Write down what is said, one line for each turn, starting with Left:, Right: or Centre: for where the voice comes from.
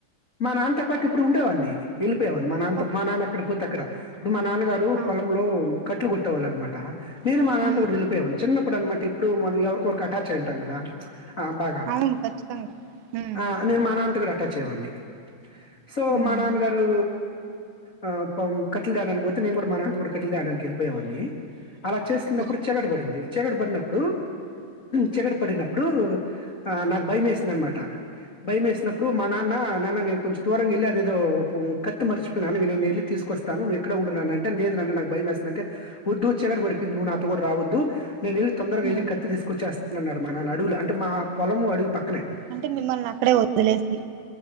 Left: మా నాన్నతో పాటు ఇప్పుడు ఉండేవాన్ని ఎల్ పోయేవాడిని మా నాన్నతో
Right: ఓ-
Left: మా నాన్న ఎక్కడికి పోతే అక్ క్రా ఇప్పుడు మా నాన్నగారు
Right: ఆ
Left: పొలంలో కట్లు కొట్టేవాళ్ళు అనమాట నేను మా నాన్
Right: ఉమ్
Left: డు వెళ్ళిపోయెవాడిని చిన్నప్పుడు అనమాట ఇప్పుడు మనం ఎవరికొఒకరికి అటాచ్ అయింటాం కదా ఆ బాగా
Right: అవును ఖచ్చితంగా ఉమ్
Left: ఆ నిర్మాణ అంతుడ టచ్ అయ్యే వాడిని సో
Right: ఉమ్
Left: మా నాన్న గారూ...... ఆ.. పాము కట్టలు తేడానికి పోతే నేను కూడా మా నాన్న తో పాటు కట్టెలు తేవడానికి వెళ్లి పొయ్యేవాడిని అలా చేస్తున్నప్పుడు
Right: ఓకే
Left: చీకటి పడినప్పుడు చీకటి పడినప్పుడు ఆ.. నాకూ భయమేసింది అనమాట భయమేసినప్పుడు మా నాన్న నాన్న నేను కొంచెం దూరంగా వెళ్ళి అదేదో కత్తి మర్చిపోయినాని నేను వెళ్ళి తీసుకొస్తాను నువ్వు ఇక్కడే ఉండు నాన్నా అంటే లేదు నాన్న నాకు భయమేస్తుంది అంటే వద్దు చీకటి పడిపోయింది నువ్వు నాక్ నువ్ కూడా రావద్దు నేను ఇల్లు తొందరగా
Right: ఉమ్
Left: ఎల్లి కత్తి తీసుకొచ్చేస్తన్నన్నాడు మన నడువులు అంటే మా పొలము అడవి పక్కనే
Right: అంటే మిమ్మల్ని అక్కడే వదిలేసి